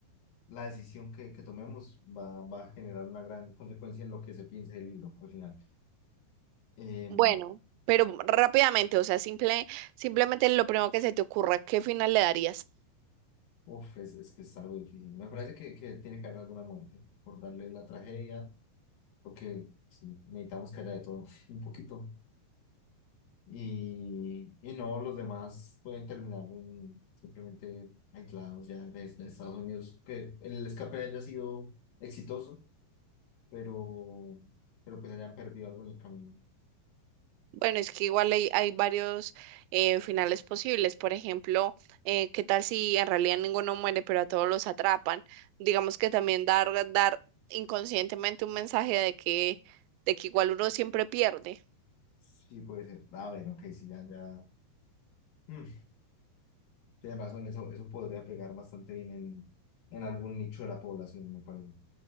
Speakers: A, on the left; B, on the right.
A: la decisión que, que tomemos va, va a generar una gran consecuencia en lo que se piense del libro al final. Eh,
B: Bueno, pero rápidamente, o sea, simple, simplemente lo primero que se te ocurra, ¿qué final le darías?
A: uf, es, es que es algo difícil. Me parece que, que tiene que haber alguna muerte por darle la tragedia, porque sí, necesitamos que haya de todo <laughs> un poquito. Y, y no, los demás pueden terminar en- simplemente aislados ya desde Estados Unidos, que el escape haya sido exitoso, pero, pero pues hayan perdido algo en el camino.
B: Bueno, es que igual hay, hay varios eh, finales posibles. Por ejemplo, eh, ¿qué tal si en realidad ninguno muere, pero a todos los atrapan? Digamos que también dar, dar inconscientemente un mensaje de que, de que igual uno siempre pierde.
A: Sí, puede ser. A ver, ok, sí, ya, ya. Mm. Sí, además, son eso, eso podría pegar bastante bien en, en algún nicho de la población, me parece.